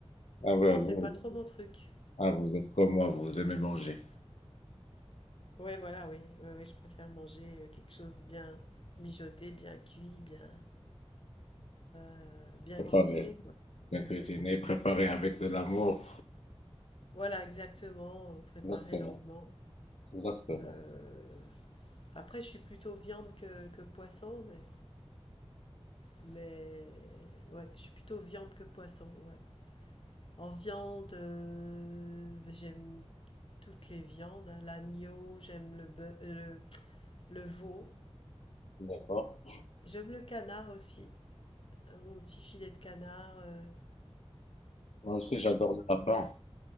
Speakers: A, on the left; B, on the left.
A: ah ouais,
B: Non,
A: ouais.
B: c'est pas trop mon truc.
A: Ah, vous êtes comme moi, vous aimez manger,
B: Ouais, voilà, oui, oui, oui, je préfère manger euh, quelque chose de bien mijoté, bien cuit, bien, euh, bien
A: préparer,
B: cuisiné, quoi.
A: bien cuisiner, préparer avec de l'amour.
B: Voilà, exactement, euh, préparé
A: Exactement,
B: longuement.
A: exactement.
B: Euh, Après, je suis plutôt viande que, que poisson, mais Mais ouais, je suis plutôt viande que poisson. ouais. En viande, euh, j'aime toutes les viandes. hein. L'agneau, j'aime le, bœuf- euh, le, le veau.
A: D'accord.
B: J'aime le canard aussi. Un bon petit filet de canard. euh.
A: Moi aussi, j'adore le lapin.